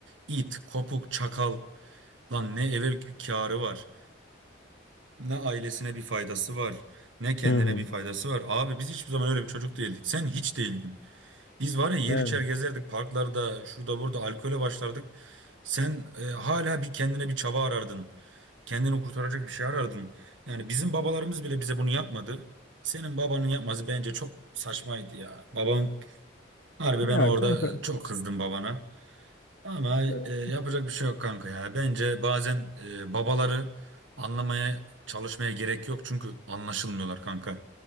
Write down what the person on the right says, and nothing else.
İt, kopuk, çakal. Lan ne eve k- kârı var. Ne ailesine bir faydası var. Ne kendine
bir faydası var. Abi biz hiçbir zaman öyle bir çocuk değildik. Sen hiç değildin. Biz var ya yer
içer gezerdik parklarda şurada burada alkole başlardık. Sen e, hala bir kendine bir çaba arardın. Kendini kurtaracak bir şey arardın. Yani bizim babalarımız bile bize bunu yapmadı. Senin babanın yapması bence çok saçmaydı ya. Babam harbi
ben orada
e, çok kızdım babana. Ama
e, yapacak bir şey yok kanka ya. Bence bazen e, babaları anlamaya çalışmaya gerek yok çünkü anlaşılmıyorlar kanka.